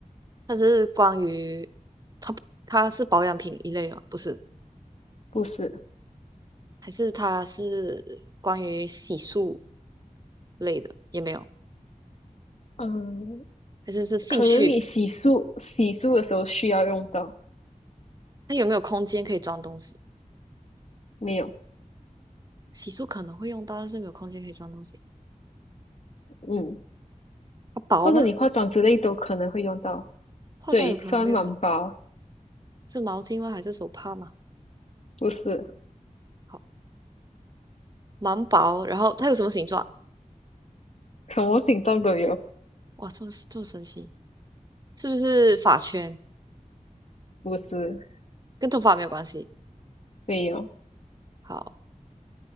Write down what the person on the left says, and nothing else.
不是？
嗯，
可能你洗漱洗漱的时候需要用到，
没有，
嗯，
或者你化妆之类都可能会用到。
对，酸满包
不是，
什么形状都有，
不是，
没有，